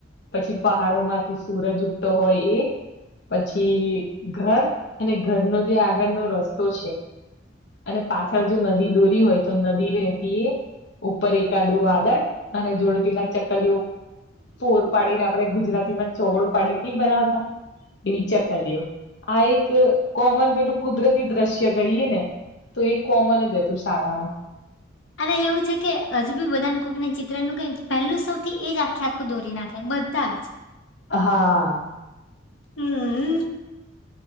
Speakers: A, on the left; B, on the left.
A: પછી પહાડોમાંથી સૂરજ ઉગતો હોય એ પછી ઘર અને ઘરનો જે આગળનો રસ્તો છે. અને પાછળ જો નદી દોરી હોય તો નદી વેતી એ. ઉપર એકાદું વાદળ અને જોડે પેલા ચકલીઓ ફોર પાડીને આપડણે ગુજરાતી માં ચોગડો પાડી ની બનાવતા. એ ચકલીઓ આ એક કોમન પેલું કુદરત એ દ્રશ્ય કહીએ ને તો એ કોમન જ હતું શાળામાં
B: અને એવું છે કે હજુ બી બધાને કોકના ચિત્રનું પહેલું સૌથી એજ આખે આખું દોરી નાખે બધા જ.
A: હા.
B: હમ.